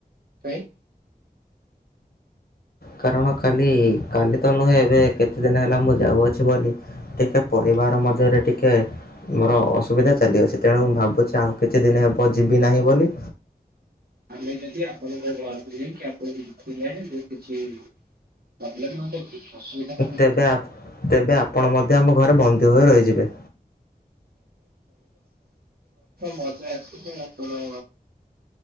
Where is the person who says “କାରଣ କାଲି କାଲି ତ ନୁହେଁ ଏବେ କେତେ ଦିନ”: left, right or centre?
Left